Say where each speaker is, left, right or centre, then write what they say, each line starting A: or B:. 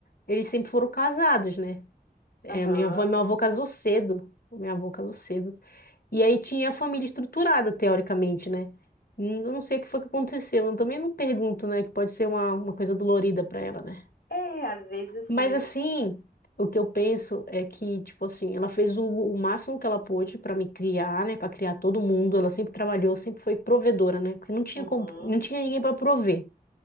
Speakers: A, on the left (about 65°); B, on the left (about 85°).
A: eles sempre foram casados, né? É,
B: aham.
A: minha avó, meu avô casou cedo. Minha avó casou cedo. E aí tinha a família estruturada, teoricamente, né? Hum, Eu não sei o que foi que aconteceu. Eu também não pergunto, né? Que pode ser uma, uma coisa dolorida para ela, né?
B: É, às vezes assim.
A: Mas assim, o que eu penso é que, tipo assim, ela fez o, o máximo que ela pôde para me criar, né? Para criar todo mundo. Ela sempre trabalhou, sempre foi provedora, né? Porque não tinha,
B: uhum.
A: como- não tinha ninguém para prover.